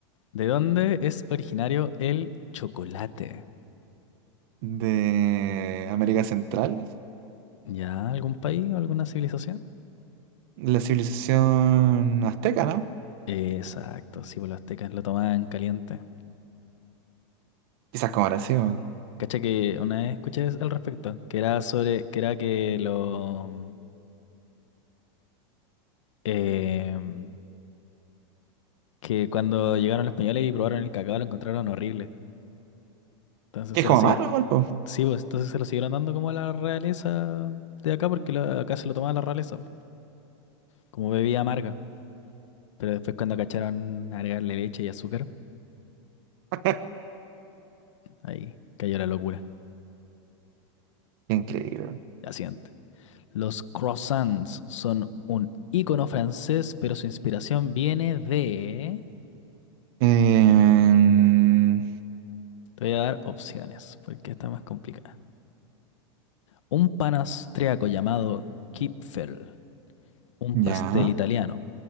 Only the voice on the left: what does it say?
¿De dónde es originario el chocolate?
¿Ya algún país, o alguna civilización?
Exacto, sí, pues los aztecas lo tomaban caliente.
Cacha que una vez escuché al respecto, que era sobre, que era que lo em, que cuando llegaron los españoles y probaron el cacao lo encontraron horrible. Entonces
se
lo sig-
sí, pues entonces se lo siguieron dando como a la realeza de acá, porque la- acá se lo tomaba la realeza, pues, como bebida amarga. Pero después cuando cacharon agregarle leche y azúcar,
ahí cayó la locura.
La siguiente. Los croissants son un ícono francés, pero su inspiración viene de...
Te voy a dar opciones, porque está más complicada. Un pan austriaco llamado Kipfel, un
pastel italiano,